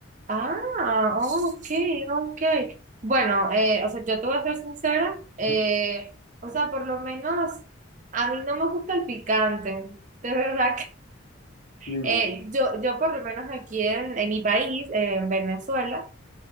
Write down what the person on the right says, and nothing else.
Ah, ok, ok. Bueno, eh, o sea, yo te voy a ser sincera, eh,
o sea, por lo menos a mí no me gusta el picante, de verdad que
eh, yo, yo por lo menos aquí en, en mi país, eh, en Venezuela,